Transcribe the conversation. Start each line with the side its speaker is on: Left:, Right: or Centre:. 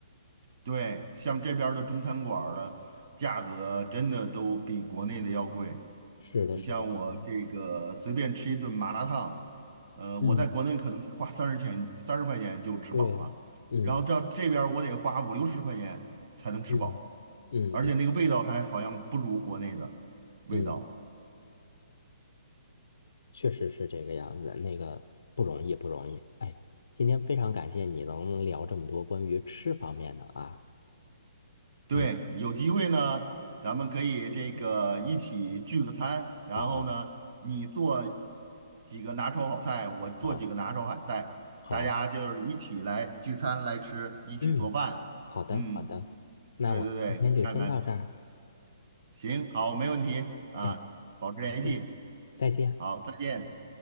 Right: 对，像这边儿的中餐馆儿的价格真的都比国内的要贵。
Left: 是的，
Right: 你像我这个随便吃一顿麻辣烫，
Left: 是的，哎
Right: 呃，
Left: 嗯，
Right: 我在国内可能花三十钱三十块钱就吃饱了，
Left: 对，嗯
Right: 然后到这边儿我得花五六十块钱才能吃饱。
Left: 嗯嗯嗯
Right: 而且那个味道还好像不如国内的味道。
Left: 嗯，确实是这个样子，那个不容易，不容易。哎呀，今天非常感谢你能聊这么多关于吃方面的啊。
Right: 对，
Left: 嗯，
Right: 有机会呢，咱们可以这个一起聚个餐，然后呢，
Left: 好，
Right: 你做几个拿手好菜，我做几个拿手好菜，
Left: 好，好，
Right: 大家就是一起来聚餐来吃，一起做饭。
Left: 嗯。好的，
Right: 嗯，
Left: 好的，那我们今天就先到这儿。
Right: 对对对，看看，行，好，没问题啊，
Left: 哎，
Right: 保持联系，
Left: 再见，再见。
Right: 好，再见。